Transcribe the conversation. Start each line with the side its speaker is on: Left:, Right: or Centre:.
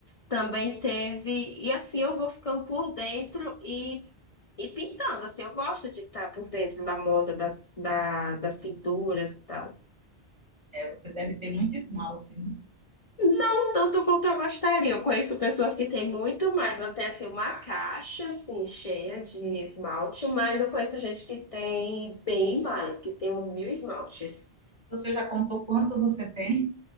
Left: Também teve. E assim eu vou ficando por dentro e, e pintando. Assim, eu gosto de estar por dentro da moda, das, da, das pinturas e tal.
Right: é, você deve ter muito esmalte, né?
Left: Não tanto quanto eu gostaria. Eu conheço pessoas que têm muito mais. Eu tenho assim, uma caixa assim, cheia de esmalte, mas eu conheço gente que tem bem mais, que tem uns mil esmaltes.
Right: Você já contou quanto você tem,